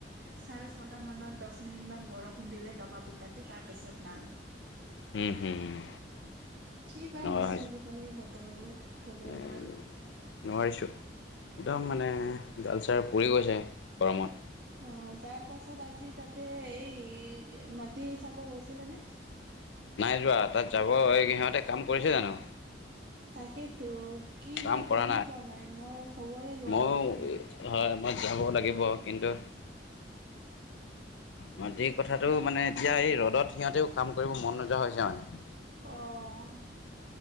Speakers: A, on the right (about 85°); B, on the left (about 85°).
A: চাৰে ছটা মানত দহ মিনিট মান বৰষুণ দিলে দবা পিতা তাৰপিছত নাই।
B: হম, হম
A: কি বা
B: তেনেকুৱা
A: হৈছে আজিকালি ব বঁতৰবোৰ ক'বই
B: হৈছে।
A: নোৱাৰি।
B: নোৱাৰিছোঁ, একদম মানে গালচাৰ পৰি গৈছে গৰমত।
A: অ, তাৰ পাছত আজি তাতে এই মাটি চাব গৈছিলে নে?
B: নাই যোৱা তাত যাব এই সিহঁতে কাম কৰিছে জানো।
A: তাকেতো কি
B: কাম
A: বা
B: কৰা
A: গমেই পোৱা নাই মই। খবৰে লোৱা
B: ময়ো,
A: নাই ৰ'ব।
B: হয় মই যাব লাগিব কিন্তু মাটিৰ কথাটো মানে এতিয়া এই ৰ'দত সিহঁতেও কাম কৰিব মন নোযোৱা হৈছে মানে।
A: অ'।